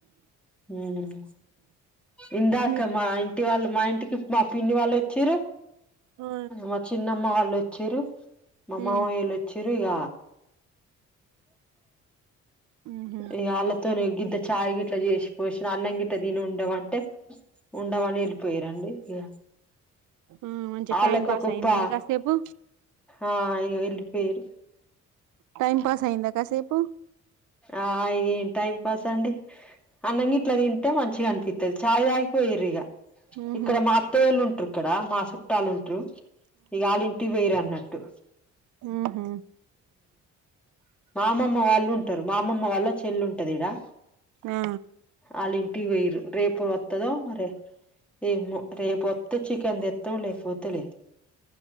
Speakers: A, in the centre; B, on the right (about 80°).
A: ఉహుహు ఇందాక
B: మీ
A: మా ఇంటి వాళ్ళు, మా ఇంటికి మా పిన్ని వాళ్లోచ్ చిరు,
B: ఆ
A: మా చిన్నమ్మ వాళ్ళు వోచ్చిరు, మా మామయోళ్ళు
B: ఉమ్
A: వచ్ చిరు ఇగ,
B: ఉహు
A: ఇగ ఆళ్ళ తను గింత చాయి గిట్ల చేసి పోసినా, అన్నం గిట్ట తిని ఉండమం టే ఉండమని వెళ్ళిపోయిరండి ఇగ
B: ఆ మంచి
A: వాళ్ళకి
B: టైం పాస్
A: ఒక
B: అయ్యిందండి
A: పా
B: కాసేపు.
A: ఆ అయ్యో వెళ్ళిపోయిరు.
B: టైం పాస్ అయిందా కాసేపు.
A: ఆ అయ్యి టైమ్ పాస్ అండి. అన్నం గిట్లా తింటే మంచిగా అనిపిత్తది చాయ్ తాగిపోయుర్రు ఇగ.
B: ఉహు
A: ఇక్కడ మా అత్తయల్లు ఉంటుర్రు ఇక్కడ మా చు. చుట్టాలుంట్రు ఇగ ఆళ్ళ ఇంటికి వైరు అన్నట్టు.
B: ఊహు.
A: మా అమ్మమ్మ వాళ్ళు. టరు మా అమ్మమ్మ చెల్లుంటదిడా.
B: ఆ
A: ఆళ్ళ ఇంటి వోయ్యిర్రు రేపు వత్తదో మరే. ఏమో రేపొత్తే చికెన్ తెత్తము లేకపోతే లే.